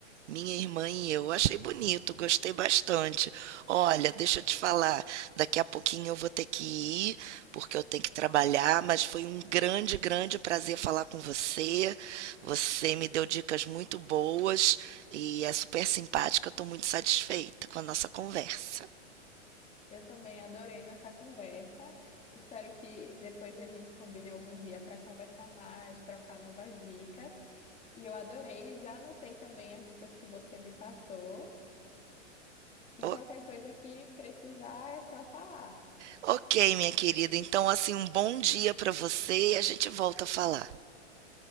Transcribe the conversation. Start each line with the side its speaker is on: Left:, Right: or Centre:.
Right: Minha irmã e eu. Achei bonito, gostei bastante. Olha, deixa eu te falar, daqui a pouquinho eu vou ter que ir, porque eu tenho que trabalhar, mas foi um grande, grande prazer falar com você. Você me deu dicas muito boas e é super simpática. Eu estou muito satisfeita com a nossa conversa.
Left: Eu também adorei nossa conversa. Espero que depois a gente combine algum dia para conversar mais, trocar novas dicas. E eu adorei, já anotei também as dicas que você me passou. E
Right: O-
Left: qualquer coisa que precisar é só falar.
Right: ok, minha querida. Então, assim, um bom dia para você e a gente volta a falar.